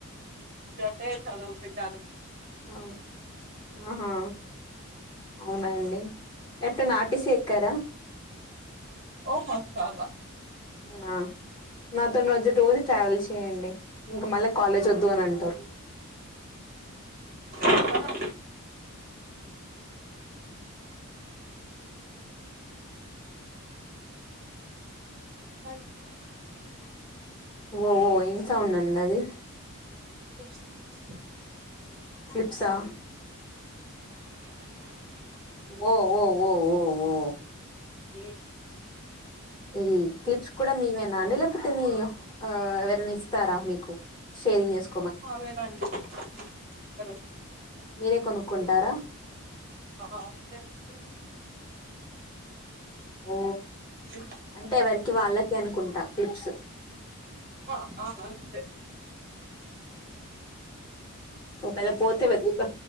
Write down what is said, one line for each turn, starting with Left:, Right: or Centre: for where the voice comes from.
Right: ప్లేస్ అడిగి పెట్టాను
Left: ఆ ఆహా అవునండి ఎట్ట నాటి సెకరా
Right: మ సార్వ
Left: అవునా నాతోన్ నువ్ అచ్చి రోజు ట్రావెల్ చేయండి ఇంకా మళ్ళీ కాలేజ్ వద్దు అని అంటారు
Right: ఆ అన్
Left: ఓహో ఇంకా ఉన్నంద అది
Right: క్లిప్స్ క్లిప్స్ కి
Left: క్లిప్సా ఓ ఓ ఓ ఓ ఓ
Right: ఏ
Left: ఇది క్లిప్స్ కూడా మీవేనా అండి లేకపోతే మీ ఆ ఎవరైనా ఇస్తారా మీకు షేరింగ్ చేసుకు
Right: అవేనండి ఇకను
Left: మీరే కొనుక్కుంటారా
Right: ఆ అదే అండి
Left: ఓ
Right: ఉ
Left: అంటే ఎవరికి వాళ్ళకి అనుకుంటా క్లిప్స్
Right: ఆ ఆ అంతే
Left: ఒకేళ పోతే వెతుకుతా